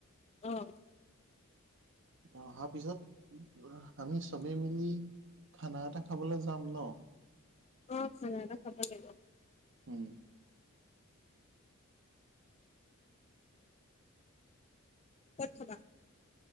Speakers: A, on the left (about 30°); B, on the right (about 60°).
A: অ
B: অ' অহাৰ পিছত আমি চবেই মিলি খানা এটা খাবলৈ যাম ন'?
A: অ' খানা এটা খাব লাগিব।
B: উম।
A: ক'ত খাবা?